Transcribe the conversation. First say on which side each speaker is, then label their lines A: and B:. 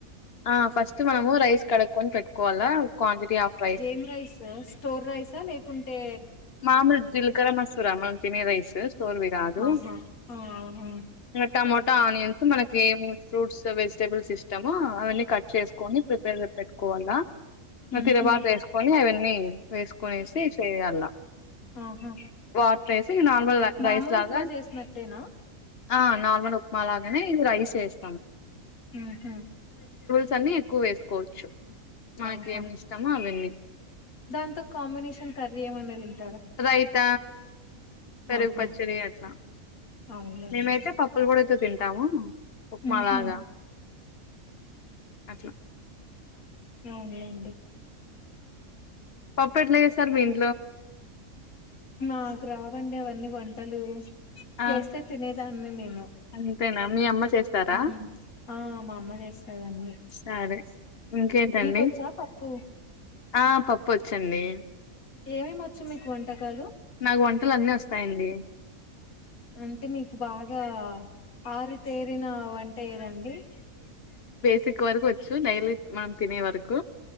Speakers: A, on the left; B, on the left.
A: ఆ ఫస్ట్ మనము రైస్ కడుక్కొని పెట్టుకోవాలా క్వాంటిటీ ఆఫ్
B: ఏం రైస్ స్టోర్ రైసా లేకుంటే
A: మామూలు జిల్కర మసూర మనం తినే రైసు స్టోర్వి కాదు
B: ఆహా ఆ అవునా
A: ఇగ టమోట ఆనియన్స్ మనకి ఏమో ఫ్రూట్స్ వెజిటబుల్స్ ఇష్టమో అవన్నీ కట్ చేసుకొని ప్రిపేర్ పెట్ పెట్టుకోవల
B: ఉహు
A: తరవాత ఏసుకొని అవన్నీ వేసుకొనేసి చేయాల
B: ఆహా
A: వాటర్రేసి ఇ నార్మల్
B: మామూలు
A: రైస్ లాగ
B: ఉప్మా చేసినట్టేనా
A: ఆ నార్మల్ ఉప్మా లాగనే ఇది రైస్ ఏస్తాం
B: ఉహు
A: కనీ ఎక్కువ వేసుకోవచ్చు మనకి
B: ఆహా
A: ఏమి ఇష్టమో అవన్నీ
B: దాంతో కాంబినేషన్ కర్రీ ఏమన్న తిన్
A: రైత పెరుగు
B: ఆహా
A: పచ్చడి అట్ల
B: అవునులేండి
A: మేమైతే పప్పులు పొడితో తింటాము ఉప్మా
B: ఉహు
A: లాగ అట్ల
B: అవునులేండి
A: పప్పు ఎట్ల చేస్తారు మీరు
B: మాకు రావండి అవన్నీ వంటలు
A: ఆ
B: చేస్తే తినేదాన్ని నేను
A: అంతేనా మీ అమ్మ చేస్తారా
B: ఉ ఉ ఆ మా అమ్మ చేస్తదండి
A: సరే ఇంకేంటండి
B: మీకొచ్చా పప్పు
A: ఆ పప్పు ఒచ్చండి
B: ఏమేమొచ్చు మీకు వంటకాలు
A: నాకు వంటలు అన్నీ అస్తయండి
B: అంటె మీకు బాగ ఆరితేరిన వంట ఏదండి
A: సిక్ వరకు వచ్చు డైలీ మనం తినే వరకు